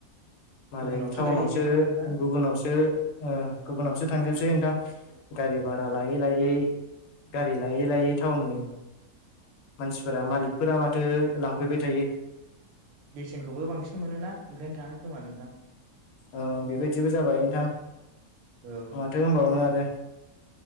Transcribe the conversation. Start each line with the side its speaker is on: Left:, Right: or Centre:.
Left: मालाय
Right: गुबुनावसो
Left: टाउनावसो
Right: गायहैजोबो ना नोंथां
Left: गुबुनावसो ओ गुबुनावसो थांजोबसै नोंथां गारि भारा
Right: औ
Left: लायै लायै। गारि लायै लायै टाउननि मानसिफोरा मालिकफोरा माथो लांफैबाय थायो।
Right: बेसेनखौबो बांसिन मोनो ना ओंखायनो थाङो। खोमा नोंथां
Left: औ बेबायदिबो जाबाय नोंथां
Right: औ
Left: माथो होनबावनो आरो।